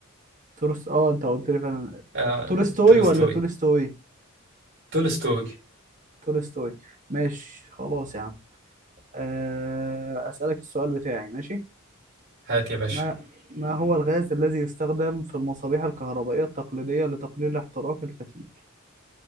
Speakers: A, on the right; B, on the right.
A: تورست اه انت قلت لي فعلا
B: آه...
A: تولستوي
B: تولستوي
A: ولا تولستوي
B: تولستوي
A: تولستوي ماشي خلاص يا عم آه، أسألك السؤال بتاعي ماشي
B: هات يا باشا
A: ما ما هو الغاز الذي يستخدم في المصابيح الكهربائية التقليدية لتقليل احتراق الفتيل